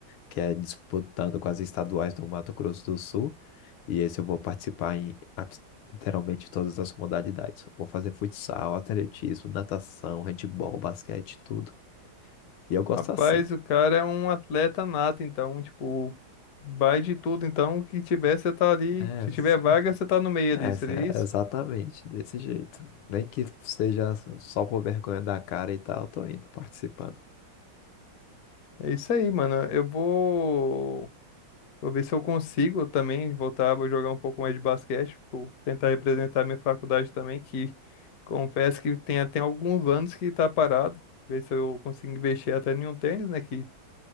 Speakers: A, on the left; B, on the left.
A: que é disputando com as estaduais do Mato Grosso do Sul. E esse eu vou participar em abs- literalmente todas as modalidades. Vou fazer futsal, atletismo, natação, handebol, basquete, tudo. E eu gosto
B: Rapaz,
A: assim.
B: o cara é um atleta nato, então, tipo, vai de tudo. Então, o que tiver, você tá ali.
A: É,
B: Se tiver
A: se-
B: vaga, você tá no meio
A: é,
B: ali, seria
A: se- é
B: isso?
A: exatamente desse jeito. Nem que seja só por vergonha da cara e tal, eu tô indo participando.
B: É isso aí, mano. Eu vou. Vou ver se eu consigo também voltar, vou jogar um pouco mais de basquete, vou tentar representar minha faculdade também, que confesso que tem até alguns anos que tá parado. Ver se eu consigo investir até em um tênis, né? Que